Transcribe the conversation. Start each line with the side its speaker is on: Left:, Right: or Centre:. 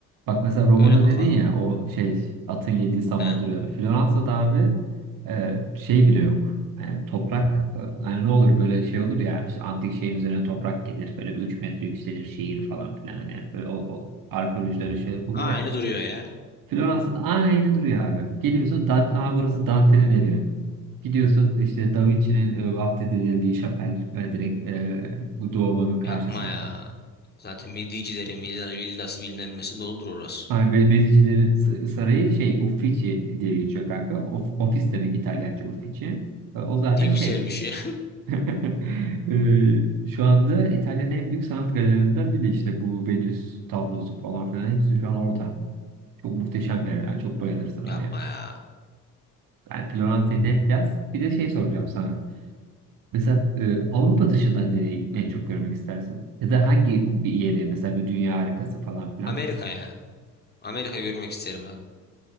Right: Bak mesela Roma'da
Left: Böyle bakalım.
Right: dedin ya o şey atın yediği saman
Left: Ne?
Right: duruyor. Floransa'da abi e, şey bile yok. Yani toprak e, yani ne olur böyle şey olur ya işte antik şeyin üzerine toprak gelir böyle bir 3 metre yükselir şehir falan filan hani böyle o, o arkeolojide öyle şeyler oluyor
Left: Aynı
Right: ya.
Left: duruyor yani.
Right: Floransa'da aynı duruyor abi. Geliyorsun Dante, "Aa, burası Dante'nin evi. Gidiyorsun işte Da Vinci'nin e, vaftiz edildiği şapel e, direkt e, bu Duomo'nun karşısında.
Left: Yapma ya. Zaten Midyecilerin villa, villası bilmem nesi doludur orası.
Right: Aynen Be- Bezicilerin s- sarayı şey Uffizi diye geçiyor kanka. Of- ofis demek İtalyanca Uffizi. E, O
Left: <laughs>
Right: zaten
Left: Ne güzelmiş
Right: şey.
Left: ya.
Right: <laughs> E, şu anda İtalya'nın en büyük sanat galerilerinden biri işte bu Venüs tablosu falan filan hepsi şu an orada. Çok muhteşem bir yer. Yani çok bayılırsın
Left: <laughs>
Right: oraya.
Left: Yapma ya.
Right: Yani Floransa'yı net yaz. Bir de şey soracağım sana. Mesela e, Avrupa dışından nereyi en çok görmek istersin? Ya da hangi bir yeri mesela bir dünya harikası falan filan?
Left: Amerika ya. Amerika görmek isterim abi.